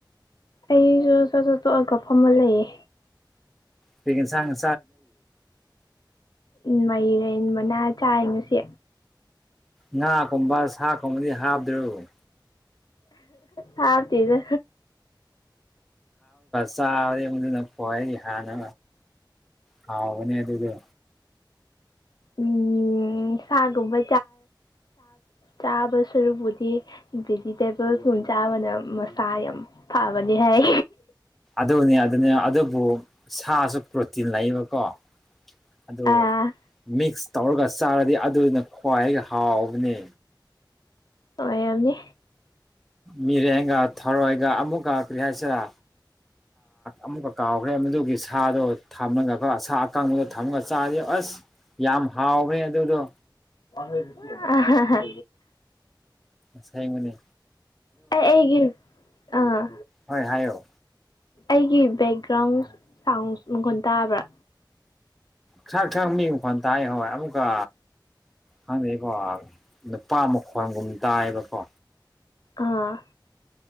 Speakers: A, on the left; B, in the centre.
A: ꯑꯩꯁꯨ ꯆꯠ ꯆꯠꯠꯇꯣꯛꯑꯒ ꯐꯝꯕ ꯂꯩꯌꯦ
B: ꯄꯤ ꯆꯔꯤꯅ
A: ꯎꯝ ꯃꯔꯦꯟ ꯃꯅꯥ ꯆꯥꯏꯉꯨꯁꯤ
B: ꯉꯥꯒꯨꯝꯕ ꯁꯥ ꯀꯨꯝꯕꯗꯤ ꯍꯥꯞꯗ꯭ꯔꯣꯏ
A: ꯍꯥꯐ ꯆꯤꯖ
B: ꯆꯥꯎꯔ ꯃꯗꯨꯅ ꯍꯥꯏꯒꯤ ꯍꯥꯟꯅ ꯍꯥꯎꯕꯅꯦ ꯑꯗꯨꯗꯣ
A: ꯎꯝ ꯁꯥꯒꯨꯝꯕ ꯆꯥꯕ ꯁꯔꯨꯛꯕꯨꯗꯤ ꯚꯤꯖꯤꯇꯦꯕꯜ ꯈꯨꯣꯡ ꯆꯥꯕꯅ ꯃꯁꯥ ꯌꯥꯝ ꯐꯕꯅꯤ ꯍꯥꯏ
B: ꯑꯗꯨꯅꯦ ꯑꯗꯨꯅꯦ ꯑꯗꯨꯕꯨ ꯁꯥꯁꯨ ꯄ꯭ꯔꯣꯇꯤꯟ ꯂꯩꯕꯀꯣ ꯑꯗꯨ
A: ꯑꯥ
B: ꯃꯤꯛꯁ ꯇꯧꯔꯒ ꯆꯥꯔꯗꯤ ꯑꯗꯨꯗꯨꯅ ꯈ꯭ꯋꯥꯏꯗꯒꯤ ꯍꯥꯎꯕꯅꯤ
A: ꯑꯣ ꯌꯥꯝꯅꯤ
B: ꯃꯤꯔꯦꯟꯒ ꯊꯔꯣꯏꯒ ꯑꯃꯨꯛ ꯀꯈ꯭ꯔꯤ ꯍꯥꯏꯁꯤꯔ ꯑꯃꯨꯛꯀ ꯀꯥꯎꯈ꯭ꯔꯦ ꯃꯗꯨꯒꯤ ꯁꯥꯗꯣ ꯊꯝꯃꯒꯀ ꯁꯥ ꯑꯀꯪꯕꯗꯣ ꯊꯝꯃꯒ ꯆꯥꯗ ꯑꯁ ꯌꯥꯝ ꯍꯥꯎ ꯍ ꯑꯗꯨꯗ
A: ꯑ
B: ꯁ ꯃꯅꯦ
A: ꯑ ꯑꯩꯒꯤꯔ ꯑꯥ
B: ꯍꯣꯏ ꯍꯥꯏꯌꯣ
A: ꯑꯩꯒꯤ ꯕꯦꯛꯒ꯭ꯔꯥꯎꯟ ꯁꯥꯎꯟꯁ ꯃꯪꯒꯣꯟ ꯇꯥꯕ꯭ꯔꯥ
B: ꯈꯔꯥꯛ ꯈꯔꯥꯛ ꯃꯤ ꯃꯈꯣꯟ ꯇꯥꯏ ꯍꯣꯏ ꯑꯃꯨꯛꯀ ꯍꯥꯟꯗꯩꯀꯣ ꯅꯨꯄꯥ ꯃꯈꯣꯟꯒꯨꯝꯕ ꯇꯥꯏꯌꯦꯕꯀꯣ
A: ꯑꯥ